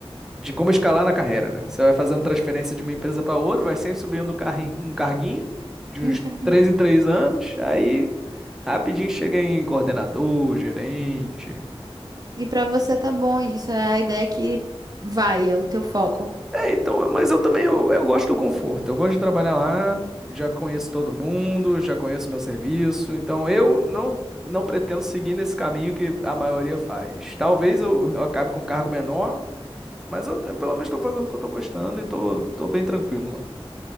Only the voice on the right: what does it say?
Um carre-
E para você tá bom isso, é a ideia que vai, é o teu foco.